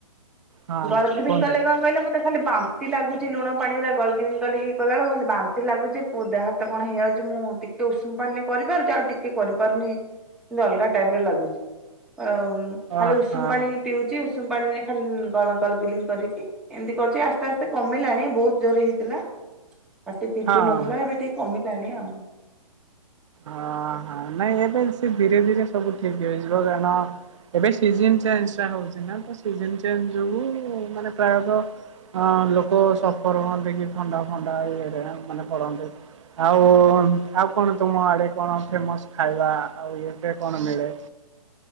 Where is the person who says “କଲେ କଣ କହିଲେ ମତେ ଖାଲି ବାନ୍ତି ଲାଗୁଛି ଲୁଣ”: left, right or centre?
Centre